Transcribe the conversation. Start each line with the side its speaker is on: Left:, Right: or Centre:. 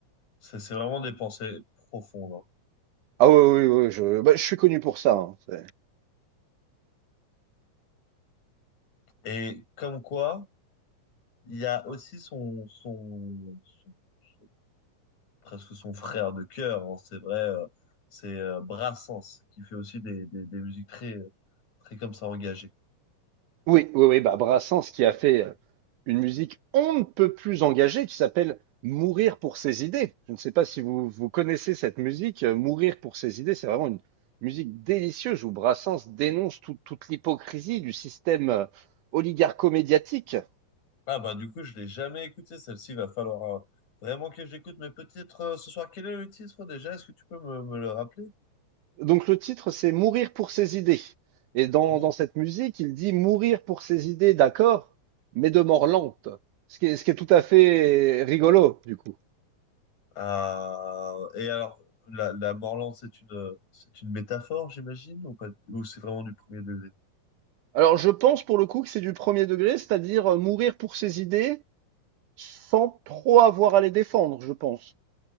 Left: C'est c'est vraiment des pensées profondes. hein.
Right: Ah oui, oui, oui, je, bah, je suis connu pour ça. hein. C'est-
Left: Et comme quoi, Il y a aussi son, son, son- son- presque son frère de cœur, hein, c'est vrai, euh, c'est euh, Brassens, qui fait aussi des, des, des musiques très, euh, très comme ça engagées.
Right: Oui, oui, oui, bah Brassens qui a fait euh, une musique on ne peut plus engagée qui s'appelle Mourir pour ses idées. Je ne sais pas si vous, vous connaissez cette musique. euh, Mourir pour ses idées, c'est vraiment une musique délicieuse où Brassens dénonce tout- toute l'hypocrisie du système euh, oligarcho-médiatique.
Left: Ah bah du coup, je l'ai jamais écouté, celle-ci, il va falloir euh, vraiment que j'écoute, mais peut-être euh, ce soir, quel est le titre déjà? Est-ce que tu peux me, me le rappeler?
Right: Donc le titre, c'est Mourir pour ses idées. Et dans,
Left: Mon...
Right: dans cette musique, il dit Mourir pour ses idées, d'accord, mais de mort lente. Ce qui est, ce qui est tout à fait euh, rigolo, du coup.
Left: Ah, et alors, la, la Morland, c'est une, euh, c'est une métaphore, j'imagine, ou pas, ou c'est vraiment du premier degré?
Right: Alors, je pense pour le coup que c'est du premier degré, c'est-à-dire euh, mourir pour ses idées sans trop avoir à les défendre, je pense.